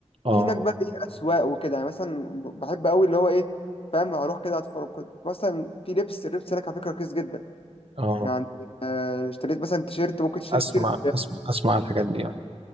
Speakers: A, on the right; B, on the left.
A: آه
B: في هناك بقى إيه أسواق وكده يعني مثلا بحب أوي اللي هو إيه فاهم أروح كده أتفرج كنت مثلا في لبس اللبس هناك على فكرة رخيص جدا
A: آه
B: يعني آه، اشتريت مثلا تيشيرت ممكن تشتري
A: أسمع
B: تيشيرت
A: أسمع أسمع الحاجات دي يعني